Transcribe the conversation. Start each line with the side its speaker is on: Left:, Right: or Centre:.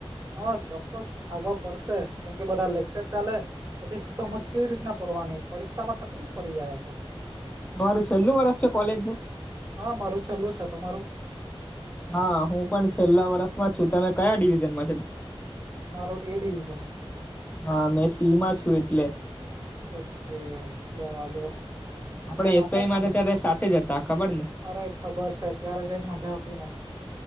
Right: હા ચોક્કસ આવવા પડશે કેમ કે બધા લેકચર ચાલે પછી સમજ કેવી રીતના પડવાની પરીક્ષામાં તકલીફ પડી જાય આતો.
Left: તમારું છેલ્લું વર્ષ છે કોલેજનું
Right: હા મારું છેલ્લું છે તમારું.
Left: હા હું પણ છેલ્લા વર્ષમાં છું તમે કયા ડિવિઝનમાં છે.
Right: મારો એ ડિવિઝન.
Left: હા મેં સી માં છું એટલે.
Right: ઓકે બરાબર.
Left: આપણે
Right: ધ્યાન
Left: એસઆઈમાં
Right: આપતા છોને
Left: તો ત્યારે સાથે જ હતા ખબર ને
Right: અરે ખબર છે ત્યારે જેમ મજા આવતી ને